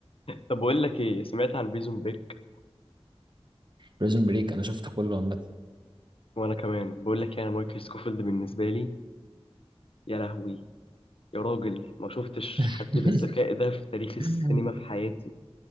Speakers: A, on the left; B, on the right.
A: طب بقول لك ايه سمعت عن بريزون بريك
B: بريزون بريك انا شفته كله
A: وانا كمان بقول لك يعني مايكل سكوفيلد بالنسبة لي يا لهوي يا راجل ما شفتش
B: عامه
A: حد بالذكاء ده في تاريخ السينما
B: <laughs>
A: في حياتي